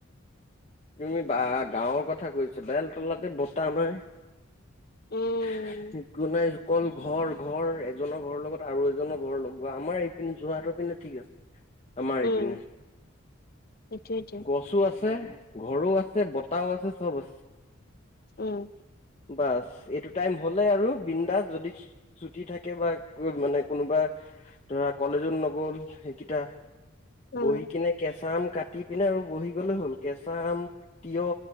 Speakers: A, on the left; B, on the left.
A: তুমি বা গাঁৱৰ কথা কৈছা, বেলতলাতে বতাহ মাৰে।
B: উম
A: <unintelligible> একো নাই। অকল ঘৰ ঘৰ। এজনৰ ঘৰৰ লগত আৰু এজনৰ ঘৰৰ লগোৱা আমাৰ এইপিনে যোৰহাটৰ পিনে ঠিক আছে। আমাৰ
B: উম।
A: ইপিনে
B: সেইটোৱেটো
A: গছো আছে। ছে ঘৰো আছে বতাহও আছে চব আছে।
B: উম
A: বাচ এইটোত টাইম হ'লে আৰু বিন্দাচ যদি চ ছুটি থাকে বা মানে কোনোবা ধৰা কলেজো নগ'ল সেইকিটা
B: উম
A: বহি কিনে কেঁচা আম কাটি পিনে আৰু বহি গ'লে হ'ল। কেঁচা আম তিয়ঁহ